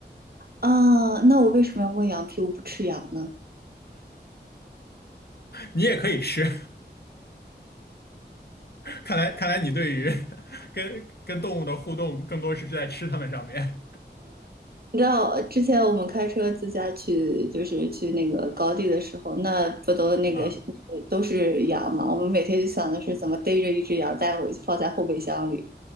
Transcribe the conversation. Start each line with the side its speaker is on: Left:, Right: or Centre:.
Right: 啊，那我为什么要问羊皮？我不吃羊呢？
Left: 你也可以吃，<laughs> 看来看来你对于 <laughs> 跟跟动物的互动更多是在吃它们上面
Right: 你知道之前我们开车自驾去，就是去那个高地的时候，那不都那个那个都是羊嘛？
Left: 啊。
Right: 我们每天就想的是怎么逮着一只羊带回去，放在后备箱里。